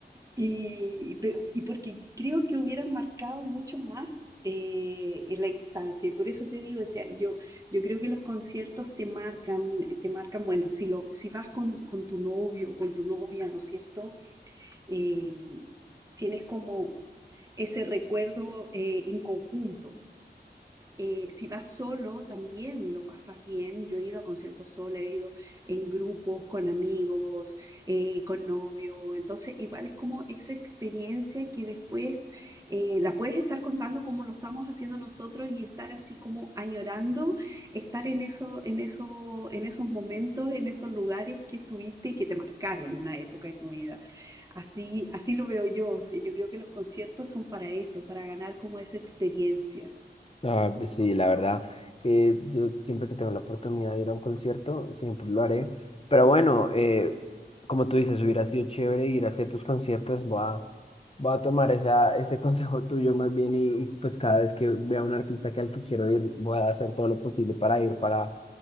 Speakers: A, on the right; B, on the left.
A: Y, pero- y porque creo que hubieran marcado mucho más eh, en la instancia. Y por eso te digo, o sea, yo, yo creo que los conciertos te marcan, te marcan, bueno, si, lo, si vas con, con tu novio o con tu novia, ¿no es cierto? Eh, tienes como ese recuerdo eh, en conjunto. Eh, si vas solo, también lo pasas bien. Yo he ido a conciertos solo, he ido en grupos, con amigos, eh, con novio. Entonces, igual es como esa experiencia que después eh, la puedes estar contando como lo estamos haciendo nosotros y estar así como añorando, estar en eso, en eso, en esos momentos, en esos lugares que estuviste y que te marcaron una época de tu vida. Así, así lo veo yo. O sea, yo creo que los conciertos son para eso, para ganar como esa experiencia.
B: Ah, pues sí, la verdad que yo siempre que tengo la oportunidad de ir a un concierto, siempre lo haré. Pero bueno, eh, como tú dices, hubiera sido chévere ir a ciertos conciertos. Voy a, voy a tomar esa, ese <laughs> consejo tuyo más bien y, y, pues cada vez que vea un artista que al que quiero ir, voy a hacer todo lo posible para ir, para